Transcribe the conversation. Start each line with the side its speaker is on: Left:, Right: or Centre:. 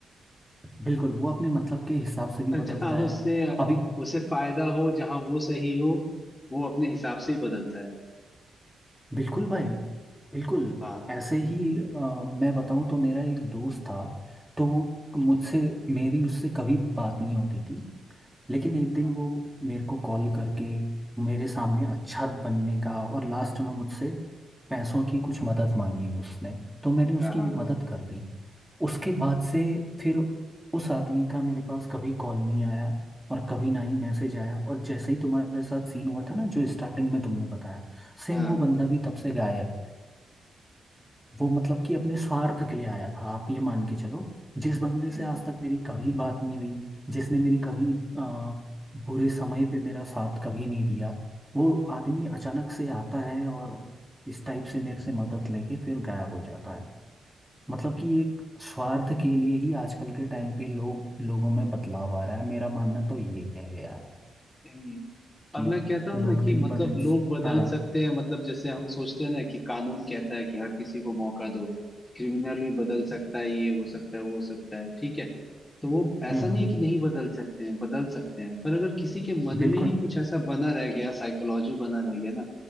Centre: बिल्कुल वो अपने मतलब के हिसाब से भी
Left: <laughs>
Centre: बदलता
Left: जहाँ
Centre: है
Left: उससे
Centre: अभी
Left: उसे फायदा हो जहाँ वो सही हो वो अपने हिसाब से ही बदलता है
Centre: बिल्कुल भाई बिल्कुल
Left: हाँ
Centre: ऐसे ही अ, मैं बताऊं तो मेरा एक दोस्त था तो वो मुझसे मेरी उससे कभी बात नहीं होती थी लेकिन एक दिन
Left: हाँ
Centre: वो मेरे को कॉल करके मेरे सामने अच्छा बनने का और लास्ट में मुझसे पैसों की कुछ मदद मांगी उसने तो मैंने उसकी
Left: हाँ हाँ
Centre: मदद कर दी उसके बाद से फिर उस आदमी का मेरे पास कभी कॉल नहीं आया और कभी ना ही मैसेज आया और जैसे ही तुम्हारे साथ सीन हुआ था ना जो स्टार्टिंग में तुमने बताया सेम
Left: हाँ।
Centre: वो बंदा भी तब से गायब वो मतलब कि अपने स्वार्थ के लिए आया था आप ये मान के चलो जिस बंदे
Left: हाँ,
Centre: से आज तक मेरी कभी बात नहीं हुई जिसने मेरी कभी आ, बुरे समय पे मेरा साथ कभी नहीं दिया वो आदमी अचानक से आता है और इस टाइप से मेरे से मदद लेके फिर गायब हो जाता है मतलब कि एक स्वार्थ के लिए ही आजकल के टाइम पे लोग लोगों में बदलाव आ रहा है मेरा मानना तो ये है यार
Left: नहीं। और
Centre: कि
Left: मैं कहता हूँ
Centre: लोग
Left: ना कि
Centre: दिन
Left: मतलब
Centre: पर दिन
Left: लोग बदल
Centre: हाँ
Left: सकते हैं मतलब जैसे हम सोचते हैं ना कि कानून कहता है कि हर किसी को मौका दो क्रिमिनल भी बदल सकता है ये हो सकता है वो हो सकता है ठीक है तो वो ऐसा
Centre: हम्म
Left: नहीं
Centre: हम्म
Left: है कि नहीं बदल सकते हैं बदल सकते हैं पर अगर किसी के मन
Centre: बिल्कुल
Left: में ही कुछ ऐसा बना रह गया साइकोलॉजी बना रह गया ना